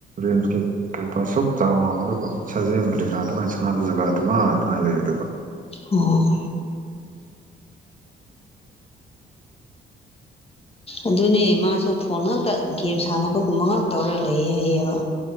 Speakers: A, on the right; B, on the left.
A: <unintelligible> ꯀꯦꯝꯄꯁ ꯁꯨꯛ ꯆꯥꯎ ꯉꯝꯕꯗꯨꯕꯨ ꯁꯥꯖꯦꯜ ꯀꯔꯤ ꯀꯔꯥ ꯑꯗꯨꯃꯥꯏꯅ ꯁꯥꯟꯅꯕ ꯖꯒꯥꯗꯨꯃ ꯑꯗꯨꯃꯥꯏꯅ ꯂꯩꯕ ꯑꯗꯨꯒ꯫
B: ꯑꯣ ꯑꯗꯨꯅꯦ ꯃꯥꯁꯨ ꯐꯣꯟ ꯉꯥꯛꯇ ꯒꯦꯝ ꯁꯥꯟꯅꯕꯒꯨꯝꯕ ꯉꯥꯛ ꯇꯧꯔ ꯂꯩꯌꯦ ꯍꯩꯌꯦꯕ꯫